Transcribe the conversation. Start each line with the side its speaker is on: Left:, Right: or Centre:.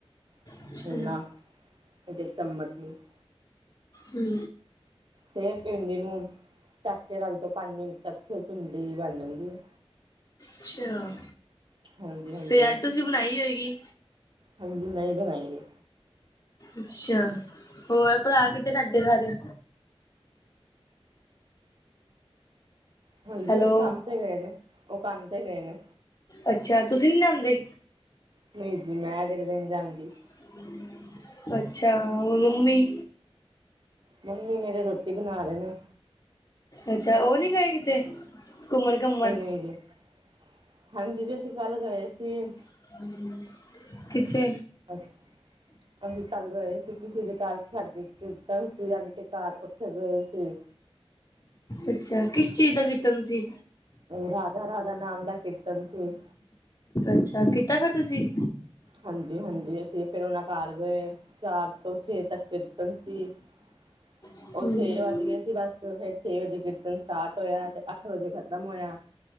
Right: <inaudible>
Left: ਅੱਛਾ ਹੂੰ।
Right: ਫੇਰ ਭਿੰਡੀ ਨੂੰ। ਢਕ ਕੇ ਰੱਖ ਦੋ ਪੰਜ ਮਿੰਟ ਤੱਕ ਫਿਰ ਭਿੰਡੀ ਬਣ ਜਾਂਦੀ ਏ।
Left: ਅੱਛਾ
Right: ਹਾਂਜੀ ਹਾਂਜੀ
Left: ਫੇ ਅੱਜ ਤੁਸੀਂ ਬਣਾਈ ਹੋਏਗੀ।
Right: ਹਾਂਜੀ ਮੈਂ ਈ ਬਣਾਈ ਏ।
Left: ਅੱਛਾ ਹੋਰ ਭਰਾ ਕਿੱਦਰ ਤੁਹਾਡੇ ਸਾਰੇ।
Right: ਹਾਂਜੀ
Left: ਹੈਲੋ
Right: ਓ ਵੀ ਕੰਮ ਤੇ ਗਏ ਨੇ ਓ ਕੰਮ ਤੇ ਗਏ ਨੇ।
Left: ਅੱਛਾ ਤੁਸੀਂ ਨੀ ਲਿਆਂਦੇ।
Right: ਨਈ ਜੀ ਮੈਂ ਤੇ <unintelligible> ਜਾਂਦੀ।
Left: <unintelligible> ਅੱਛਾ ਹੋਰ ਮੰਮੀ
Right: ਮੰਮੀ ਮੇਰੇ ਰੋਟੀ ਬਣਾ ਰੇ ਨੇ।
Left: ਅੱਛਾ ਓ ਨੀ ਗਏ ਕਿਤੇ ਘੁੰਮਣ-ਘੁੰਮਣ?
Right: <unintelligible> ਹਾਂਜੀ ਜੀ ਅਸੀਂ ਕੱਲ੍ਹ ਗਏ ਸੀ।
Left: <unintelligible> ਕਿੱਥੇ,
Right: ਅਸੀਂ ਕੱਲ ਗਏ ਸੀ ਤੁਸੀਂ ਦੇ ਘਰ ਸਾਡੇ ਸੀ <unintelligible> ਉੱਥੇ ਗਏ ਸੀ।
Left: ਅੱਛਾ ਕਿਸ ਚੀਜ਼ ਦਾ ਕੀਰਤਨ ਸੀ।
Right: ਰਾਧਾ ਰਾਧਾ ਨਾਮ ਦਾ ਕੀਰਤਨ ਸੀ।
Left: ਅੱਛਾ ਕੀਤਾ ਫਿਰ ਤੁਸੀਂ।
Right: ਹਾਂਜੀ-ਹਾਂਜੀ ਅਸੀਂ ਫਿਰ ਓਨਾਂ ਘਰ ਗਏ ਚਾਰ ਤੋਂ ਛੇ ਤੱਕ ਕੀਰਤਨ ਸੀ। <unintelligible>
Left: ਹਮ
Right: ਓ ਛੇ ਵੱਜ ਗੇ ਸੀ ਬਸ ਫਿਰ ਛੇ ਵਜੇ ਕੀਰਤਨ ਸਟਾਰਟ ਹੋਇਆ ਤੇ ਅੱਠ ਵਜੇ ਖ਼ਤਮ ਹੋਇਆ।